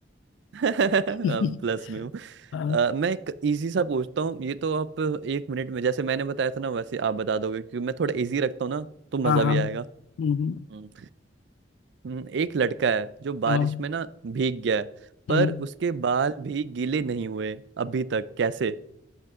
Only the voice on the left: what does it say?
<laughs>
हाँ
हाँ हाँ
हम्म,
हम्म,
हाँ
हैं।